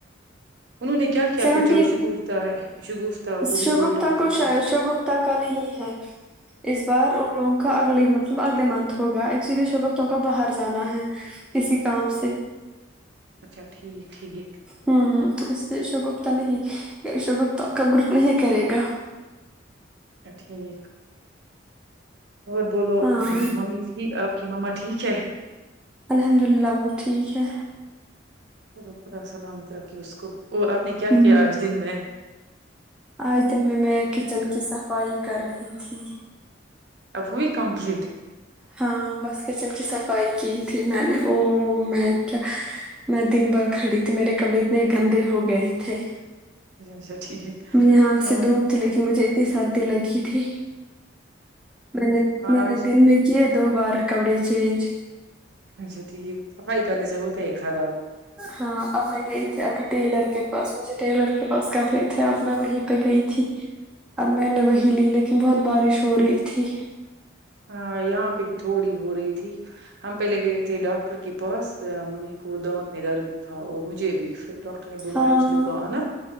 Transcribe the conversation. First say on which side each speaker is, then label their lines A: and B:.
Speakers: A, on the right (about 60°); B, in the centre.
A: انہوں نے کیا کیا
B: سیونٹین
A: پھر جو شگفتہ ہے شگفتہ وہ بھی
B: شوگفت
A: بول رہی
B: کو
A: تھی
B: شاید
A: کچھ
B: شوگفت کا نہیں ہے اس بار ان لوگوں کا ا ا مطلب اگلے منتھ ہوگا ایکچولی شگفتوں کو باہر جانا ہے کسی کام سے
A: اچھا ٹھیک ٹھیک
B: ہاں ا شگفتہ نہیں شگفتہ کا گروپ نہیں کرے گا
A: اچھا ٹھیک اور بولو
B: ہاں
A: ممی ٹھک آپ کی مما ٹھیک چھ
B: الحمد للہ وہ ٹھیک ہے
A: چلو خدا سلامت رکے اس کو اور آپ نے کیا
B: ہ
A: کیا آج دن میں
B: آج دن میں میں کچن کی صفائی کر رہی تھی
A: اب ہوئی کمپلیٹ
B: ہاں بس کچن کی صفائی کی تھی میں نے وہ میں کیا میں دن بھر کھڑی تھی میرے کپڑے اتنے گندے ہو گئے تھے
A: اچھا ٹھیک
B: یہاں
A: ہاں
B: سے دوپ تھی لیکن مجھے اتنی سردی دی لگی تھی میں نے میں
A: آج
B: نے دن میں کی دو بار کپڑے چینج
A: اچھا ٹھیک ہے سفائی کرنے سے ہوتے ہے خراب
B: ہاں اب میں گئے تھی ابھی ٹیلر کے پاس مجھے ٹیلر کے پاس کپڑے تھے اب میں وہیں پہ گئی تھی میں نے وہی لی لیکن بہت بارش ہو رہی تھی تھی
A: ہاں یہاں پہ تھوڑی ہو رہی تھی ہم پہلے گئے تھے ڈاکٹر کے پاس ممی کو دانت میں درد تھا اور مجھے بھی پھر ڈاکٹر ا بولا
B: ہاں
A: وینس ڈے کو انا